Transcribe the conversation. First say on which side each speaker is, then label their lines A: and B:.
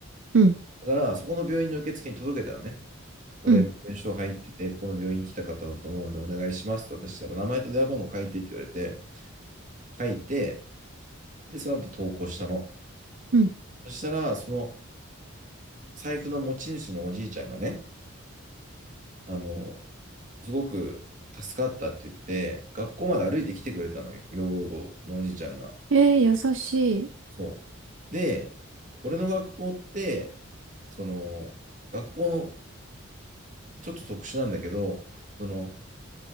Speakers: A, on the right; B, on the right.
A: うん、
B: だから、そこの病院の受付に届けたのね。これ、
A: うん、
B: 身分証入ってて、ここの病院に来た方だと思うんで、お願いしますと私したら、名前と電話番号書いてって言われて、書いて、で、その後投稿したの。
A: うん。
B: そしたら、その財布の持ち主のおじいちゃんがね、あの、すごく助かったって言って、学校まで歩いて来てくれたのよ、よぼよぼのおじいちゃんが。
A: えー、優しい。
B: そう。で、俺の学校って、その、学校のちょっと特殊なんだけど、その、